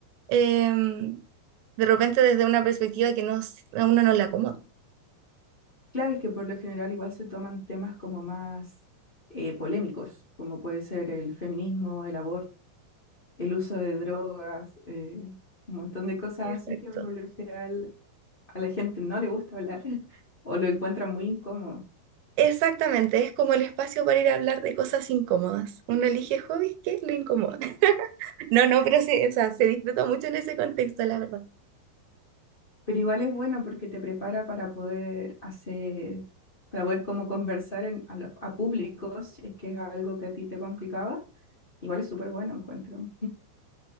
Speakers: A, on the right; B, on the left.
A: em, de repente desde una perspectiva que no, s- a uno no le acomoda.
B: Claro, es que por lo general igual se toman temas como más eh, polémicos, como puede ser el feminismo, el aborto, el uso de drogas, eh, un montón de cosas
A: Exacto.
B: así que por lo general a la gente no le gusta hablar <laughs> o lo encuentran muy incómodo.
A: Exactamente, es como el espacio para ir a hablar de cosas incómodas. Uno elige hobbies que le incomodan. <laughs> No, no, pero se, o sea, se disfruta mucho en ese contexto, la verdad.
B: Pero igual es bueno porque te prepara para poder hacer, para poder como conversar en- a, lo- a público, si es que es algo que a ti te complicaba. Igual es súper bueno, encuentro.